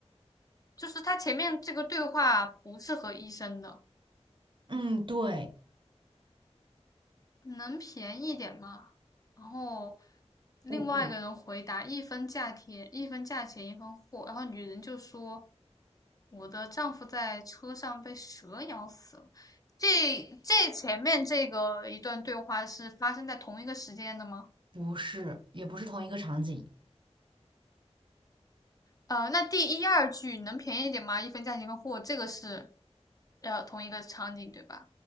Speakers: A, on the left; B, on the right.
A: 就是他前面这个对话不是和医生的，
B: 嗯，对，
A: 能便宜点吗？然后另外一个人回答一分价钱一分价钱一分货，
B: 我我
A: 然后女人就说我的丈夫在车上被蛇咬死了。这这前面这个一段对话是发生在同一个时间的吗？
B: 不是，也不是同一个场景。
A: 呃，那第一二句能便宜一点吗？一分价钱一分货，这个是呃同一个场景对吧？